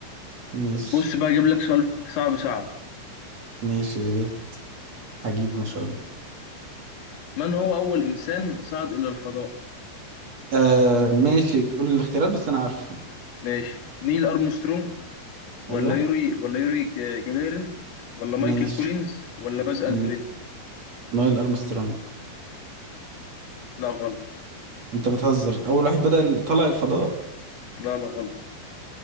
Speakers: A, on the right (about 35°); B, on the left (about 80°).
A: مش
B: طب بص بقى أجيب لك سؤال صعب صعب
A: ماشي يا ريت هجيبه إن شاء الله
B: من هو أول إنسان صعد إلى الفضاء؟
A: آه ماشي قول الاختيارات بس انا عارفه
B: ماشي نيل أرمسترونج ولا
A: ايوه
B: يوري ولا يوري ج- جاجارين ولا مايكل
A: ماشي
B: كولينز ولا باز ألدرين
A: من نايل ارمسترونج
B: لا غلط
A: انت بتهزر اول واحد بدأ ال- طلع الفضاء
B: لا لا غلط